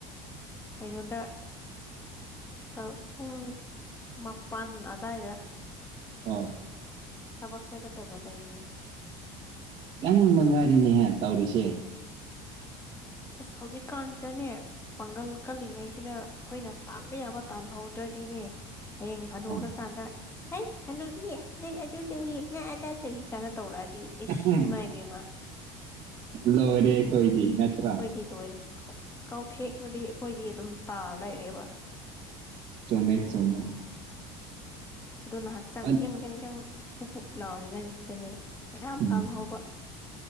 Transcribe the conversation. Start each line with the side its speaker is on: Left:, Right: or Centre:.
Left: ꯀꯩꯅꯣꯗ ꯇꯔꯨꯛ ꯄꯨꯡ ꯃꯥꯄꯟ ꯑꯗꯥꯏꯗ
Right: ꯑꯥꯎ
Left: ꯊꯕꯛ ꯆꯠꯀꯗꯕ ꯂꯩꯅꯦ
Right: ꯅꯪ ꯃꯉꯥꯏꯔꯤꯅꯦꯍꯦ ꯇꯧꯔꯤꯁꯦ
Left: ꯑꯁ ꯍꯧꯖꯤꯛꯀꯥꯟꯁꯤꯗꯅꯦ ꯄꯥꯡꯒꯜ ꯀꯜꯂꯤꯉꯩꯁꯤꯅ ꯑꯈꯣꯏꯅ ꯇꯥꯟꯕ ꯌꯥꯕ ꯇꯥꯜꯍꯧꯗ꯭ꯔꯗꯤꯅꯦ ꯍꯌꯦꯡ ꯍꯅꯨꯔꯀꯥꯟꯗ
Right: ꯑꯣ
Left: ꯍꯩ ꯍꯟꯅꯨꯕꯤ ꯅꯪ ꯑꯗꯨ ꯇꯧꯋꯤ ꯅꯪ ꯑꯗꯥ ꯇꯧꯋꯤ ꯀꯥꯏꯅ ꯇꯧꯔꯛꯑꯗꯤ ꯏꯁ
Right: ꯎꯝ
Left: ꯏꯃꯥꯏ ꯕꯦꯝꯃ
Right: ꯂꯣꯏꯔꯦ ꯑꯩꯈꯣꯏꯗꯤ ꯅꯠꯇ꯭ꯔ
Left: ꯗꯤ ꯂꯣꯏꯔꯦ ꯀꯥꯎ ꯀꯥꯎꯊꯦꯛꯔꯗꯤ ꯑꯩꯈꯣꯏꯗꯤ ꯑꯗꯨꯝ ꯇꯥꯔ ꯂꯩꯔꯦꯕ
Right: ꯆꯨꯝꯃꯦ ꯆꯨꯝꯃꯦ
Left: ꯑꯗꯨꯅ ꯍꯥꯛꯆꯪ
Right: ꯑꯠ
Left: ꯌꯪ ꯌꯪ ꯌꯪ ꯄꯨꯞ ꯄꯨꯞ ꯂꯥꯎꯔꯤ ꯉꯟꯁꯤꯗꯅꯦ ꯃꯌꯥꯝ
Right: ꯎꯝ
Left: ꯇꯥꯜꯍꯧꯕ